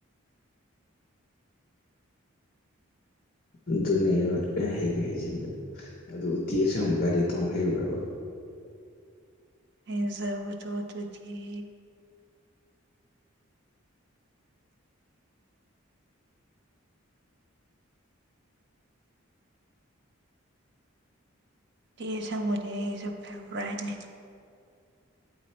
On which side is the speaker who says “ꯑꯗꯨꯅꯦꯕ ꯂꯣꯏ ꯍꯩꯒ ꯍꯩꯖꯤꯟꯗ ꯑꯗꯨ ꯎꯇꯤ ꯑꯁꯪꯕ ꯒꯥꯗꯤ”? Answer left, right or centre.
Left